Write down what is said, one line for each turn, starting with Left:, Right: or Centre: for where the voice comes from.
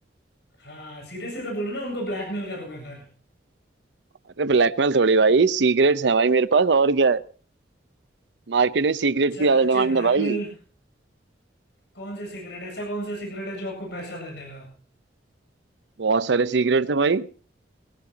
Left: हाँ सीधे सीधे बोलो ना उनको ब्लैकमेल करोगे फिर
Right: अरे ब्लैकमेल थोड़ी भाई सीक्रेट्स हैं भाई मेरे पास और क्या है मार्केट में सीक्रेट
Left: अच्छा
Right: की ज्यादा
Left: अच्छा
Right: डिमांड
Left: ब्लैकमेल
Right: है भाई
Left: कौन से सीक्रेट ऐसा कौन सा सीक्रेट है जो आपको पैसा दे देगा
Right: बहुत सारे सीक्रेट्स हैं भाई